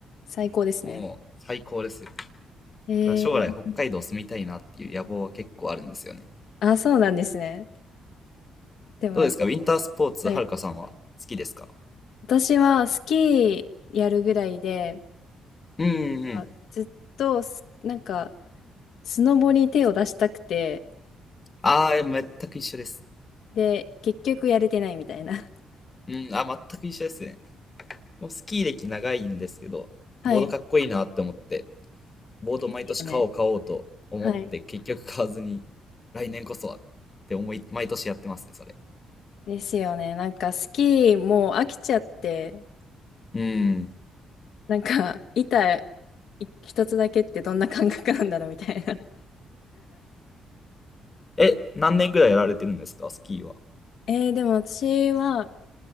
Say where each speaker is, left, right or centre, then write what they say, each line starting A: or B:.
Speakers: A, on the left (about 70°); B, on the left (about 25°).
A: 最高ですね。
B: もう最高ですよ。だか
A: えー、
B: ら将来北海道住みたいなっていう野望は結構あるんですよね。
A: あ、そうなんですね。でもなんか、
B: どうですかウィンタースポーツ、
A: はい
B: はるかさんは好きですか
A: 私はスキーやるぐらいで、
B: うんうんうん。
A: あずっとスなんかスノボに手を出したくて、
B: ああ、全く一緒です。
A: で、結局やれてないみたいな。<laughs>
B: うん、あ、全く一緒ですね。もうスキー歴長いんですけど、
A: はい。
B: ボードかっこいいなって思って、ボード毎年買おう買おうと思って、
A: ですよね。はい。
B: 結局買わずに、来年こそはって思い、毎年やってますね、それ。
A: ですよね。なんかスキーもう飽きちゃって、
B: うん。
A: なんか板い一つだけってどんな感覚なんだろうみたいな。
B: え、何年ぐらいやられてるんですか、スキーは。
A: <laughs> えーでも私は